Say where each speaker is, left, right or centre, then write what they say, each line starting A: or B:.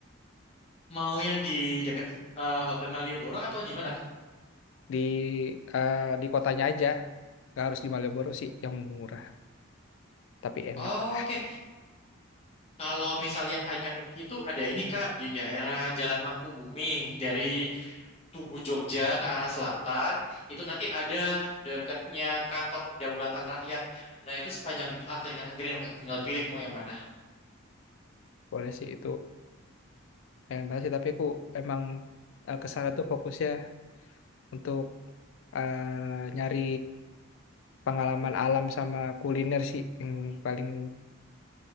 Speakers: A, on the left (about 30°); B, on the left (about 65°).
A: Mau yang di deket eh, Hotel Malioboro atau di mana kak?
B: Di eh, di kotanya aja. Gak harus di Malioboro sih yang murah tapi enak.
A: Oh, Oke, Kalau misal yang icon itu ada ini Kak di daerah Jalan Mangkubumi dari Tugu Jogja ke arah selatan itu nanti ada dekatnya kantor kedaulatan rakyat. Nah itu sepanjang itu angkringan-angkringan Kak tinggal pilih mau yang mana.
B: Boleh sih itu pengen banget sih tapi aku emang eh, ke sana tuh fokusnya untuk eh, nyari pengalaman alam sama kuliner sih yang paling